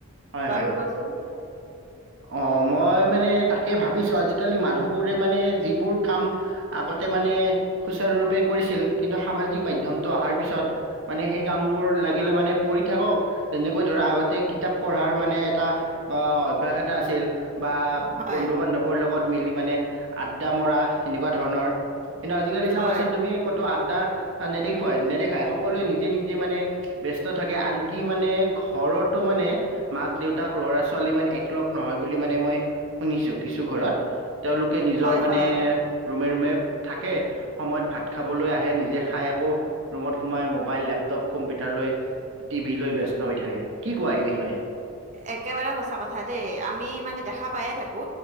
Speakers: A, on the right (about 55°); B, on the right (about 30°).
A: হয়
B: বাৰু
A: হয়
B: কোৱাচোন।
A: অ মই মানে তাকে ভাবিছো আজিকালি মানুহবোৰে মানে যিবোৰ কাম। আগতে মানে সুচাৰুৰূপে কৰিছিল কিন্তু সামাজিক মাধ্যমটো অহাৰ পিছত মানে সেই কামবোৰ লাগিলে মানে পৰি থাকক। তেনেকৈ ধৰা আগতে কিতাপ পঢ়াৰ মানে এটা অ অভ্যাস এটা আছিল বা
B: হয়,
A: বন্ধু বান্ধৱৰ লগত মিলি মানে আড্ডা মৰা এনেকুৱা ধৰণৰ। কিন্তু আজিকালি চাবাচোন
B: হয়,
A: তুমি কতো আদ্ডা নেদেখুৱাই নেদেখায় সকলোৱে নিজে নিজে মানে ব্যস্ত থাকে আনকি মানে ঘৰতো মানে মাক দেউতাক ল'ৰা ছোৱালী মানে লগ নহয় বুলি মানে মই শুনিছো কিছু ঘৰত তেওঁলোকে নিজৰ
B: হয়,
A: মানে
B: হয়।
A: ৰুমে ৰুমে থাকে। সময়ত ভাত খাবলৈ আহে নিজে খাই আকৌ ৰুমত সোমাই মোবাইল লেপটপ কম্পিউটাৰ লৈ। টিভি লৈ ব্যস্ত হৈ থাকে কি কোৱা এই বিষয়ে
B: একেবাৰে সঁচা কথা দেই, আমি মানে দেখা পায়ে থাকো।